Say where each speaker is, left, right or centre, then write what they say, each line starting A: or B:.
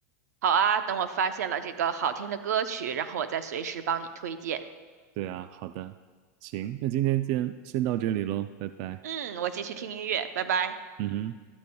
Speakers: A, on the right; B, on the right.
A: 好啊，等我发现了这个好听的歌曲，然后我再随时帮你推荐。
B: 对啊，好的，行，那今天先先到这里喽，拜拜。
A: 嗯，我继续听音乐，拜拜。
B: 嗯哼。